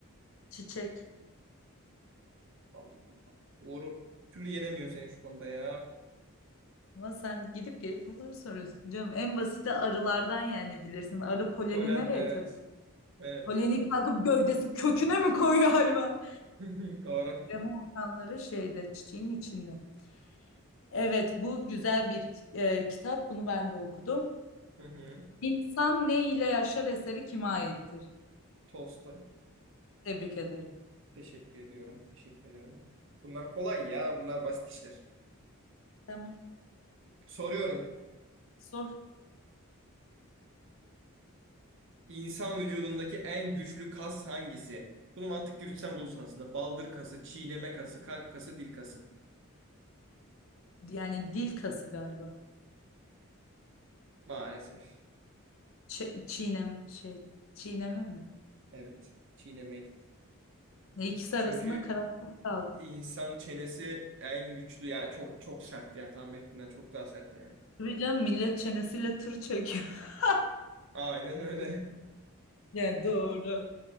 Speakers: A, on the left (about 60°); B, on the right (about 55°).
A: Çiçek.
B: Vallahi doğru. Bir Türlü yenemiyor seni şu konuda ya.
A: Ama sen gidip gelip bunları soruyorsun canım. En basiti arılardan yani bilirsin. Arı poleni
B: Polen
A: nereye
B: evet.
A: taşıyor?
B: Evet.
A: Poleni kalkıp gövdesi köküne mi koyuyor hayvan?
B: <laughs> Doğru.
A: Krema atanları şeyde çiçeğin içinde. Evet bu güzel bir e, kitap. Bunu ben de okudum.
B: Hı hı.
A: İnsan ne ile yaşar eseri kime aittir?
B: Tolstoy.
A: Tebrik ederim.
B: Teşekkür ediyorum. Teşekkür ediyorum. Bunlar kolay ya. Bunlar basit işler.
A: Tamam.
B: Soruyorum.
A: Sor.
B: İnsan vücudundaki en güçlü kas hangisi? Bunu mantık yürütsen bulursun aslında. Baldır kası, çiğneme kası, kalp kası, dil kası.
A: Yani dil kası galiba.
B: Maalesef.
A: Ç- çiğnem şey çiğneme mi?
B: Evet. Çiğnemeydi.
A: Ne ikisi
B: Çünkü
A: arasında karanlık kaldı.
B: İnsan çenesi en güçlü yani çok çok sert ya tahmin ettiğinden çok daha sert yani.
A: Tabii canım millet çenesiyle tır çekiyor. <laughs>
B: Aynen öyle.
A: Yani doğru.